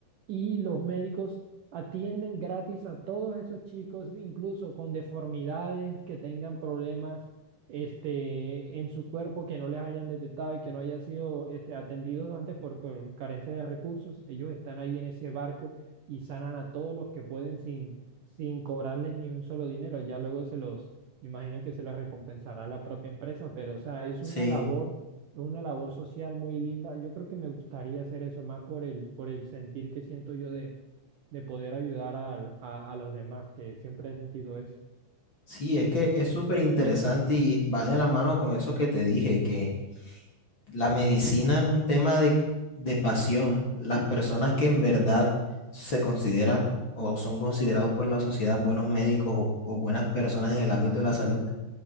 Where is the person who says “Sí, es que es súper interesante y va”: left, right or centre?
Left